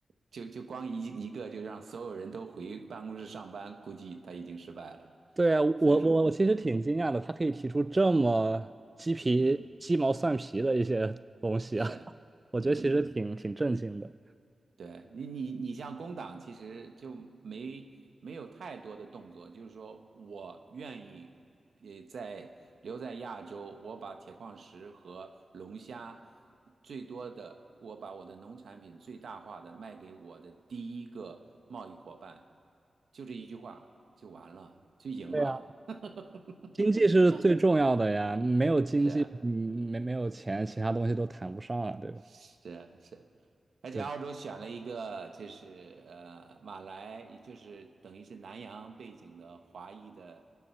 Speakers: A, on the right (about 75°); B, on the right (about 30°).
A: 就就光一一个就让所有人都回办公室上班，估计他已经失败了。
B: <laughs> 对啊，我我我其实挺惊讶的，
A: 所以说，嗯
B: 他可以提出这么鸡皮鸡毛蒜皮的一些东西啊，
A: 嗯，是，
B: <laughs> 我觉得其实挺挺震惊的。
A: 嗯。对你，你你像工党，其实就没没有太多的动作，就是说我愿意，也在留在亚洲，我把铁矿石和龙虾最多的，我把我的农产品最大化的卖给我的第一个贸易伙伴，就这一句话就完了，就赢了，
B: 对呀。
A: <laughs>
B: 经济是最重要的呀，没有经济，
A: 是啊
B: 嗯，没没有钱，其他东西都谈不上啊，对吧？
A: 是啊是啊而且澳洲选了一个就是呃马来，
B: 对吧？
A: 也就是等于是南洋背景的华裔的